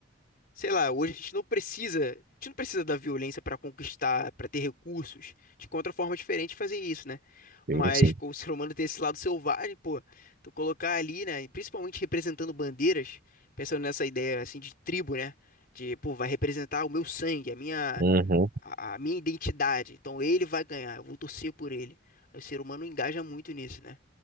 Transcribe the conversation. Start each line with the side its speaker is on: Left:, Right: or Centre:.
Left: Sei lá, hoje a gente não precisa, a gente não precisa da violência para conquistar, para ter recursos. A gente encontra forma diferente de fazer isso, né?
Right: sim,
Left: Mas
Right: sim.
Left: com o <laughs> ser humano tem esse lado selvagem, pô, tu colocar ali, né, e principalmente representando bandeiras, pensando nessa ideia assim de tribo, né? De, pô, vai representar o meu sangue, a minha
Right: Uhum.
Left: a a minha identidade. Então ele vai ganhar, eu vou torcer por ele. Aí O ser humano engaja muito nisso, né?